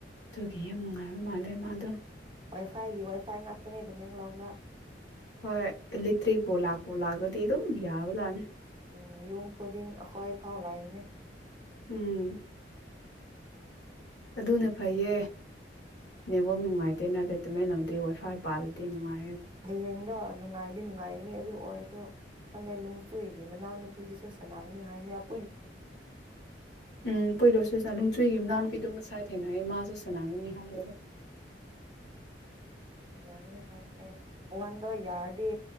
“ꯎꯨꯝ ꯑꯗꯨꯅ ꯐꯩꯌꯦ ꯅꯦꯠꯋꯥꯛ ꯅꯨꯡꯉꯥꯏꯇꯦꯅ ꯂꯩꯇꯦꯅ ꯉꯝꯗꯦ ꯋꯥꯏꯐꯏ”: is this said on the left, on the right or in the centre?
Left